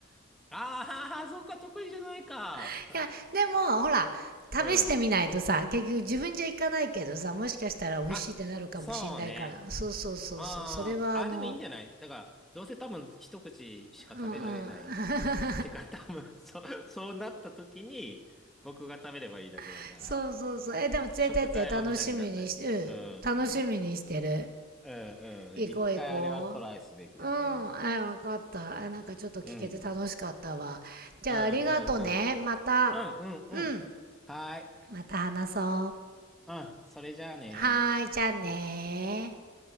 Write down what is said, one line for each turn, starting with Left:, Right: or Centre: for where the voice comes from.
Centre: ああ、そうか、得意じゃないか。
Right: <laughs> いや、でも、ほら、試してみないとさ、
Centre: <laughs> うん。
Right: 結局自分じゃ行かないけどさ、もしかしたら美味しいってなるかもしれないから。
Centre: あ、そうね。
Right: そうそうそうそう。
Centre: あーあ、
Right: それはあの、
Centre: でもいいんじゃないだから、どうせ多分一口しか食べられない。
Right: うんうん。
Centre: てか、<laughs> 多分そう、そうなった時に、僕が食べればいいだけだから、
Right: <laughs> そうそうそう。え、でも連れてって楽しみにし、
Centre: 食材は無駄になんない。
Right: うん、
Centre: うん、うん。
Right: 楽しみにしてる。
Centre: うん、うん。
Right: 行こう行こ
Centre: 一回あれはトライすべきだね。
Right: うん、はい、わかった。あなんかちょっと聞けて楽しかったわ。
Centre: うん。
Right: じゃあありがとね。
Centre: うん、うん、うん。
Right: また、
Centre: うん、うん、
Right: うん、
Centre: うん。はーい。
Right: また話そう。
Centre: うん、それじゃあね
Right: はーい、じゃあねー